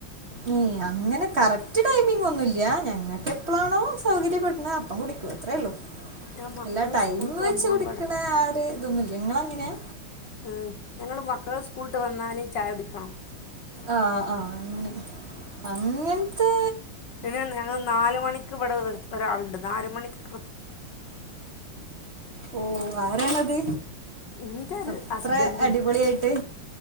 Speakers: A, on the right; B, on the left.
A: ൻ... അങ്ങനെ കറക്റ്റ് ടൈമിംങൊന്നുല്യ, ഞങ്ങക്കെപ്ലണോ സൗകര്യപ്പെട്ണ്ത് അപ്പം കുടി അത്രേള്ളു
B: ഞാൻ മക്കള്
A: ഇല്ല ടൈമ്
B: സ്കൂളിട്ട്
A: വെച്ച്
B: വന്നപാടെ
A: കുടിക്ണ.. ആര് ഇതൊന്നുല്യ ങ്ങളങ്ങനെയാ?
B: മ്.. ഞങ്ങള് മക്കള് സ്കൂള്ട്ട് വന്നാല് ചായുടിക്കണം.
A: ആഹ.. ആഹ.. അങ്ങനെ അങ്ങൻത്തെ
B: ന്നെ ഞങ്ങൾ നാല് മണിക്ക് ഇവ്ടെ ഒര് ഒരാളുണ്ട് നാല് മണിക്ക് കൃ
A: ഓ.. ആരാണത്?
B: ന്റെ ഒരു
A: അത്ര
B: ഹസ്ബൻറ്ണ്ട്
A: അടിപൊളിയായിട്ട്